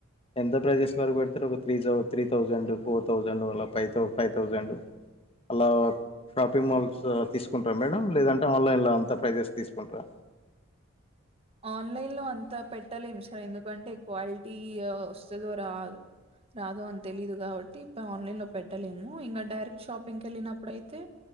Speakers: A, on the left; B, on the right.
A: ఎంత ప్రైజెస్ వరకు పెడితరు ఒక త్రీ థౌజండ్ ఫోర్ థౌజండ్ అలా ఫైవ్ ఫైవ్ థౌజండ్ అలా షాపింగ్ మాల్స్ తీసుకుంట్రా మేడం లేదంటే ఆన్లైన్లో అంత ప్రైజెస్ తీసుకుంట్రా
B: ఆన్లైన్ లో అంతా పెట్టలేము సార్ ఎందుకంటే క్వాలిటీ వస్తదో రా రాదో అని తెలీదు కాబట్టి ఇ ఆన్లైన్ లో పెట్టలేము ఇంకా డైరెక్ట్ షాపింగ్కి వెళ్ళినప్పుడుయితే